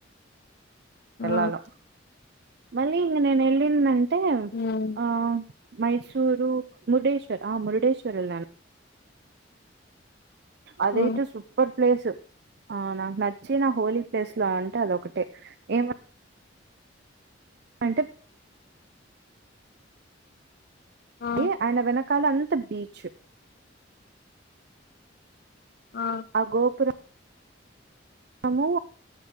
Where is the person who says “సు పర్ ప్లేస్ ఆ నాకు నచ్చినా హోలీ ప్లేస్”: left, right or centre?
Right